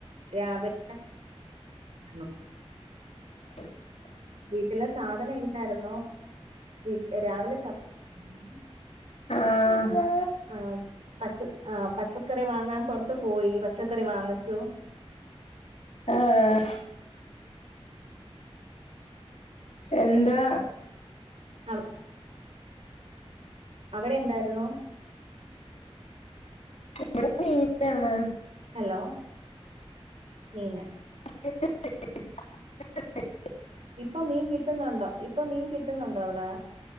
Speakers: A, on the right (about 75°); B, on the left (about 85°).
A: രാവിലെ <unintelligible>
B: <inaudible>
A: വീട്ടിലെ സാധനം ഇല്ലാർന്നോന്നോ <unintelligible> രാവിലെ <unintelligible>
B: ആഹ്
A: ആഹ പച്ച ആഹ പച്ചക്കറി വാങ്ങാൻ പൊറത്ത് പോയി പച്ചക്കറി വാങ്ങിച്ചു
B: ആഹ എന്താ
A: <inaudible> അവിടെ എന്താരുന്നു
B: ഇവിടെ മീനാണ്
A: ഹലോ മീന
B: <inaudible>
A: ഇപ്പൊ മീൻ കിട്ടുന്നുണ്ടോ ഇപ്പൊ മീൻ കിട്ടുന്നുണ്ടോ അവടെ